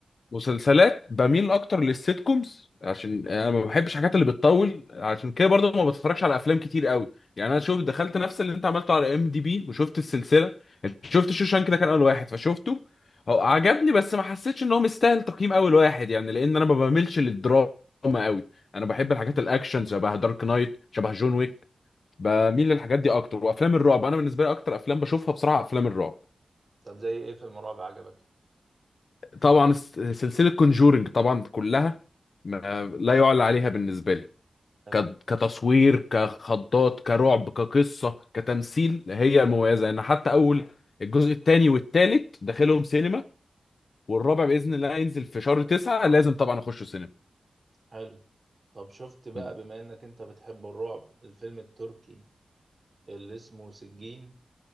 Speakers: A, on the left; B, on the right.
A: مسلسلات بميل اكتر للسيت كومز عشان انا ما بحبش الحاجات اللي بتطول عشان كده برضه ما بتفرجش على افلام كتير قوي يعني انا شوف دخلت نفس اللي انت عملته على ام دي بي وشفت السلسله شفت شوشانك ده كان اول واحد فشفته هو عجبني بس ما حسيتش ان هو مستاهل تقييم اول واحد يعني لان انا ما بميلش للدراما قوي انا بحب الحاجات الاكشن شبه دارك نايت شبه جون ويك بميل للحاجات دي اكتر وافلام الرعب انا بالنسبه لي اكتر افلام بشوفها بصراحه افلام الرعب
B: طب زي ايه فيلم رعب عجبك
A: طبعا الس- سلسلة كونجورينج طبعا كلها ما لا يعلى عليها بالنسبة لي
B: حلو
A: ك- كتصوير كخضات كرعب كقصة كتمثيل هي المميزة ان حتى اول الجزء الثاني والثالث داخلهم سينما والرابع بإذن الله هينزل في شهر تسعة لازم طبعا اخش سينما
B: حلو طب شفت بقى
A: مم.
B: بما انك انت بتحب الرعب الفيلم التركي اللي اسمه سجين